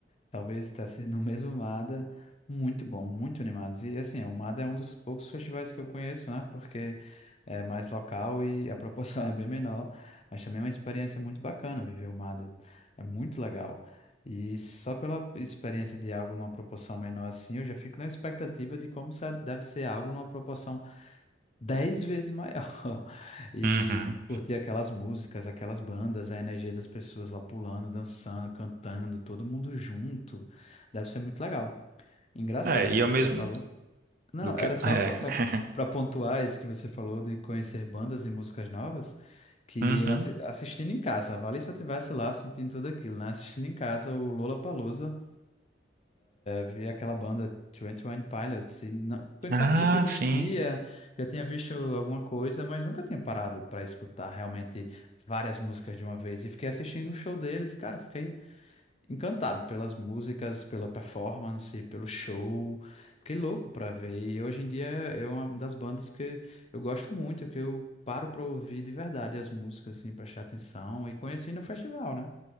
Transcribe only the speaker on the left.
talvez está sendo no mesmo MADA. Muito bom, muito animados. E assim, o MADA é um dos poucos festivais que eu conheço, né? Porque é mais local e a proporção <laughs> é bem menor. Mas também é uma experiência muito bacana viver o MADA. É muito legal. E só pela experiência de algo numa proporção menor assim, eu já fico na expectativa de como se- deve ser algo numa proporção dez vezes maior. <laughs> E
curtir aquelas músicas, aquelas bandas, a energia das pessoas lá pulando, dançando, cantando, todo mundo junto. Deve ser muito legal. Engraçado
isso
que
você
falou. Não,
era só
para
pontuar isso que você falou de conhecer bandas e músicas novas, que
eu assi- assistindo em casa, vale se eu tivesse lá sentindo tudo aquilo, né? Assistindo em casa o Lollapalooza vi aquela banda Twenty One Pilots e não, eu
sabia que existia,
já tinha visto alguma coisa, mas nunca tinha parado para escutar realmente várias músicas de uma vez e fiquei assistindo o show deles e cara, fiquei encantado pelas músicas, pela performance, pelo show. Fiquei louco para ver e hoje em dia é uma das bandas que eu gosto muito, que eu paro para ouvir de verdade as músicas assim, prestar atenção e conheci no festival, né?